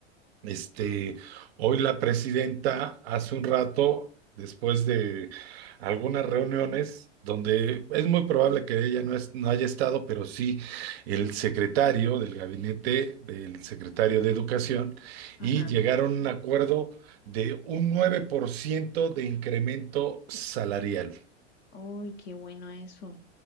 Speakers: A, on the right (about 60°); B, on the left (about 30°).
A: este, hoy la presidenta hace un rato, después de algunas reuniones, donde es muy probable que ella no, es- no haya estado, pero sí el secretario del gabinete del secretario de Educación,
B: ajá.
A: y llegaron a un acuerdo de un 9% de incremento salarial.
B: Uy, qué bueno eso.